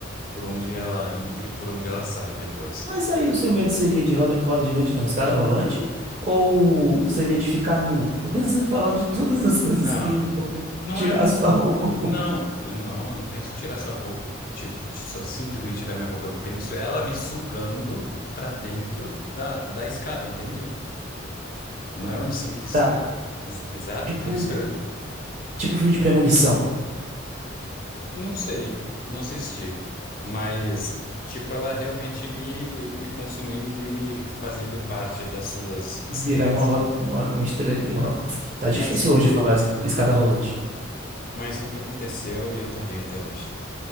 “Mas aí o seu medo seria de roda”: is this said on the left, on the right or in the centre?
Right